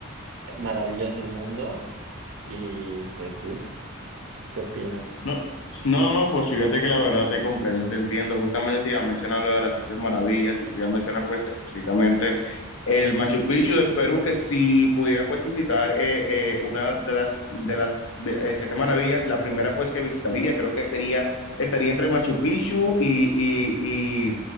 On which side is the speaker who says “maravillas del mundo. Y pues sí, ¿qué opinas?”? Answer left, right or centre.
Right